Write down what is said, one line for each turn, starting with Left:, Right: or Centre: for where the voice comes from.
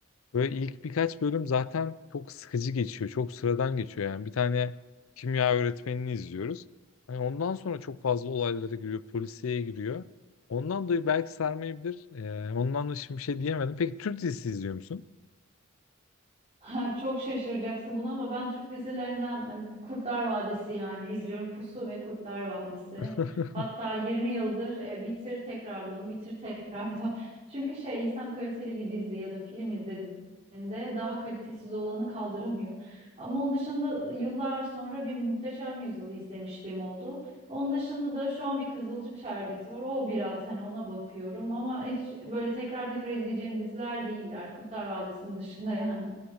Left: Böyle ilk birkaç bölüm zaten çok sıkıcı geçiyor. Çok sıradan geçiyor yani. Bir tane kimya öğretmenini izliyoruz. Hani ondan sonra çok fazla olaylara giriyor. Polisiye giriyor. Ondan dolayı belki sarmayabilir. Ee, ondan da şimdi bir şey diyemedim. Peki Türk dizisi izliyor musun?
Right: <laughs> Ha, çok şaşıracaksın buna ama ben Türk dizilerinden e, bir Kurtlar Vadisi yani izliyorum Pusu ve Kurtlar Vadisi.
Left: <laughs>
Right: Hatta 20 yıldır e, bitir tekrar dön, bitir tekrar dön. <laughs> Çünkü şey insan kaliteli bir dizi ya da film izlediğinde daha kalitesiz olanı kaldıramıyor. Ama onun dışında e, yıllar sonra bir Muhteşem Yüzyıl izlemişliğim oldu. Onun dışında da şu an bir Kızılcık Şerbeti var. O biraz hani ona bakıyorum ama hiç böyle tekrar tekrar izleyeceğim diziler değiller. Kurtlar Vadisi'nin dışında yani.